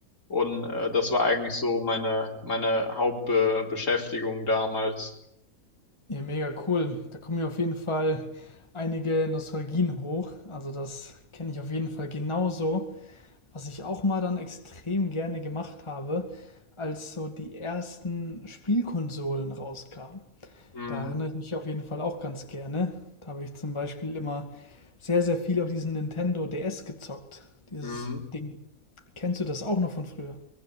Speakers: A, on the left; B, on the left.
A: Und äh, das war eigentlich so meine, meine Hauptbeschäftigung damals.
B: Ja, mega cool. Da kommen mir auf jeden Fall einige Nostalgien hoch. Also das kenne ich auf jeden Fall genauso. Was ich auch mal dann extrem gerne gemacht habe, als so die ersten Spielkonsolen rauskamen.
A: Mhm.
B: Da erinnere ich mich auf jeden Fall auch ganz gerne. Da habe ich zum Beispiel immer sehr, sehr viel auf diesen Nintendo DS gezockt. Dieses
A: Mhm.
B: Ding. Kennst du das auch noch von früher?